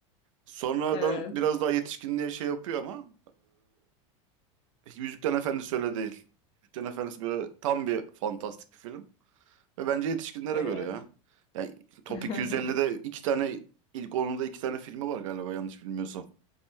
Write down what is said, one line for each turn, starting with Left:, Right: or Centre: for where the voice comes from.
Right: Sonradan
Left: Evet,
Right: biraz daha yetişkinliğe şey yapıyor ama e, Yüzüklerin Efendisi öyle değil. Yüzüklerin Efendisi böyle tam bir fantastik bir film. Ve bence yetişkinlere
Left: evet.
Right: göre ya. Yani Top
Left: <laughs>
Right: 250'de iki tane ilk 10'unda iki tane filmi var galiba yanlış bilmiyorsam.